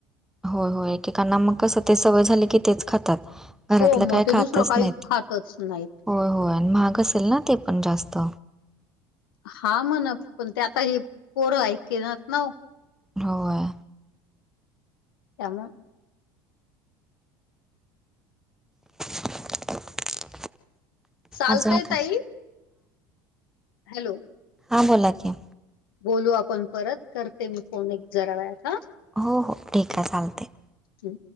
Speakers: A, in the centre; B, on the left.
A: होय होय एकेकांना मग कसं ते सवय झाली की तेच खातात. घरातलं
B: हो मग
A: काही खातच
B: ते दुसरं काही
A: नाहीत,
B: खातच नाहीत.
A: होय होय आणि महाग असेल ना ते पण जास्त?
B: हां म्हणा पण ते आता हे पोरं ऐकेनात ना ओ.
A: होय.
B: त्यामुळं
A: <inaudible>
B: चालतंय
A: अजून काय
B: ताई हॅलो.
A: हां बोला की.
B: बोलू आपण परत, करते मी फोन एक जरा वेळात हां.
A: हो हो ठीक हाय चालतंय चालत.
B: ह.